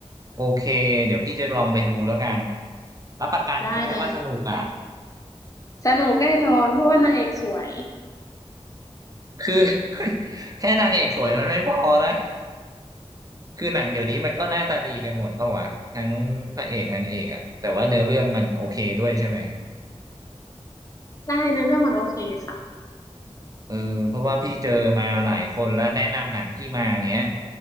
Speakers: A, on the right; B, on the left.
A: โอเคเดี๋ยวพี่จะลองไปดูแล้วกันรับประกันใช่ไหมว่าสนุกอ่ะ
B: ได้เลยสนุกแน่นอนเพราะว่านางเอกสวย
A: คือ <laughs> แค่นางเอกสวยมันไม่พอนะ คือหนังเดี๋ยวนี้มันก็หน้าตาดีกันหมดเปล่าะวะทั้งพระเอกนางเอกอะแต่ว่าเนื้อเรื่องมันโอเคด้วยใช่ไหม
B: ได้นะเรื่องมันโอเคค่ะ
A: เออเพราะว่าพี่เจอมาหลายคนแล้วแนะนำหนังพี่มาอย่างเงี้ย